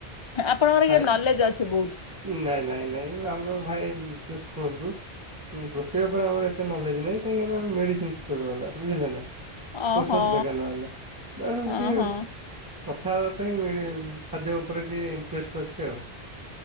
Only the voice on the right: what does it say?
ଖାଏ
ନାଇଁ, ନାଇଁ, ନାଇଁ ଆମର ଭାଇ ଟିକେ ଶୁଣନ୍ତୁ। ଉଁ, ରୋଷେଇ ଉପରେ ଆମର ଏତେ ନଲେଜ୍ ନାହିଁ କାହିଁକିନା ଆମେ ମେଡ଼ିସିନ୍ ଷ୍ଟୋର୍ ବାଲା ବୁଝିଲେ ନା।
ଔଷଧ ଦୋକାନ ବାଲା। ଯା ହେଲଃ
ଟିକେ କଥା ହେବା ପାଇଁ ମିଳି ଉଁ, ଖାଦ୍ୟ ଉପରେ ଟିକେ ଇଣ୍ଟରେଷ୍ଟ ଅଛି ଆଉ।